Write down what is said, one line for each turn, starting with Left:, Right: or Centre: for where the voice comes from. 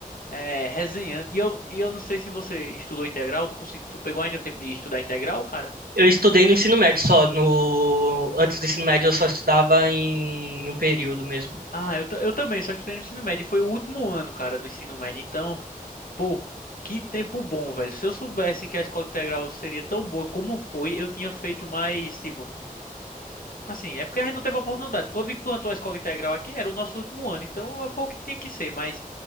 Left: é, resenhando. E eu, e eu não sei se você estudou integral, tu, consegui, tu pegou ainda o tempo de estudar integral, cara?
Right: Eu estudei no ensino médio só, no... Antes do ensino médio eu só estudava em um período mesmo.
Left: Ah, eu, ta- eu também, só estudei no ensino médio. Foi o último ano, cara, do ensino médio. Então, pô, que tempo bom, velho. Se eu soubesse que a escola integral seria tão boa como foi, eu tinha feito mais, tipo. Assim, é porque a gente não teve oportunidade. Quando implantou a escola integral aqui, era o nosso último ano, então eh, foi o que tinha que ser. Mas